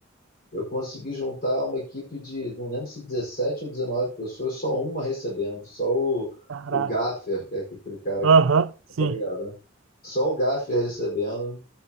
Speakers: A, on the left; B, on the right.
A: Eu consegui juntar uma equipe de, não lembro se 17 ou 19 pessoas, só uma recebendo, só o,
B: caraca.
A: o Gaffer, que é aquele cara
B: Aham,
A: que
B: sim.
A: tá ligado, né? Só o Gaffer recebendo.